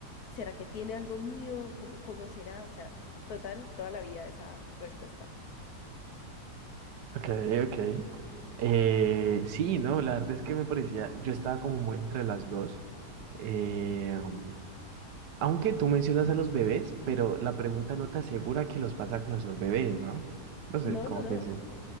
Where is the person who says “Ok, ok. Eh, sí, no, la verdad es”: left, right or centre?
Right